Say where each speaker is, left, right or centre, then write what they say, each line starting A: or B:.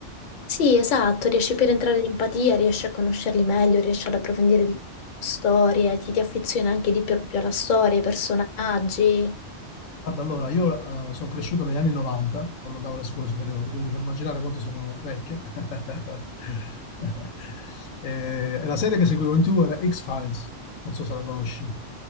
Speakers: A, on the left; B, on the left.
A: Sì, esatto, riesci più ad entrare in empatia, riesci a conoscerli meglio, riesci ad approfondire di più le storie, ti, ti affezioni anche di più più alla storia, ai personaggi.
B: Guarda, allora, io eh, sono cresciuto negli anni 90, quando andavo alle scuole superiori, quindi puoi immaginare quanto sono vecchio. <laughs> E, e la serie che seguivo in TV era X-Files, non so se la conosci.